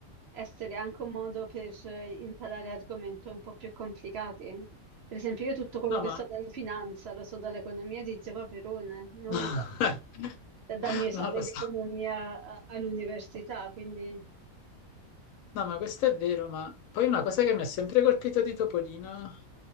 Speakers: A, on the right (about 60°); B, on the left (about 80°).
A: essere anche un modo per eh, imparare argomenti un po' più complicati. Per esempio, io tutto quello
B: No,
A: che
B: ma...
A: so dalla finanza lo so dall'economia di Zio Paperone, non
B: <laughs>
A: da- dal mio esame
B: non lo
A: di
B: so.
A: economia a- all'università, quindi...
B: No, ma questo è vero, ma poi una cosa che mi ha sempre colpito di Topolino